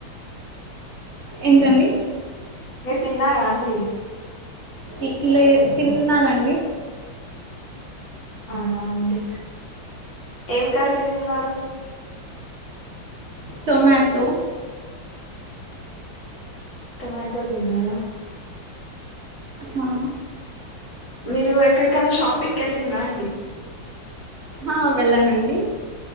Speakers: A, on the right; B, on the left.
A: ఏంటండి
B: మీరు తిన్నారా అండి
A: ఇ లే తిన్నానండి
B: అవునా అండి ఏం కర్రీ తిన్నారు
A: టొమాటో
B: టొమాటో తిన్నార
A: హా
B: మీరు ఎక్కడికన్నా షాపింగ్ కెళ్ళిండ అండి
A: ఆ వెళ్ళానండి